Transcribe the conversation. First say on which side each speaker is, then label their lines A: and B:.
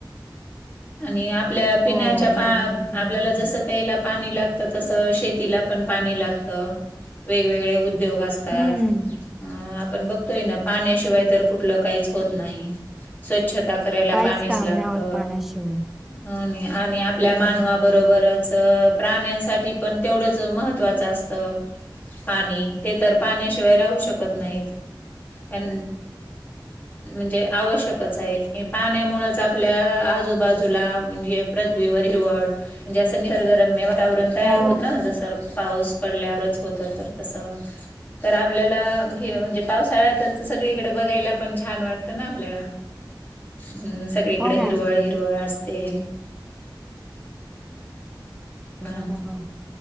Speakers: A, on the left; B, in the centre.
A: आणि आपल्या पिण्याच्या
B: हो
A: पा
B: बरोबर अगदी
A: आपल्याला
B: बरोबर
A: जस प्यायला पाणी ला गत तसं शेतीला पण पाणी लागत वेगवेगळे उ द्योग असतात
B: हम्म
A: अ आपण बघतोय ना पाण्याशिवाय तर कुठलं काहीच होत नाही. स्वच्छता करायला
B: काहीच
A: पाणीच
B: काम
A: लागतं.
B: नाही होत पाण्याशिवाय
A: हो नाही आणि आपल्या
B: हम्म
A: मानवाबरोबरच. च प्राण्यांसाठी पण तेवढंच महत्त्वाचं असत पाणी. ते तर पाण्याशिवाय राहू शकत नाहीत त्यां म्हणजे आवश्यकच आहे पाण्यामुळेंच आपल्या आजूबाजूला म्हणजे. पृथ्वीवर हिरवळ जस निसर्गरम्य वातावरण तयार
B: हो
A: होत ना जसं पाऊस. पडल्यावरच होत तर तसं. तर आपल्याला हे म्हणजे पावसाळ्यातच सगळीकडे बघायला पण छान वाटतं ना आपल्याला. हम् <unintelligible> सगळीकडे
B: हो ना
A: हिरवळ हिरवळ असते. हां
B: बरोबर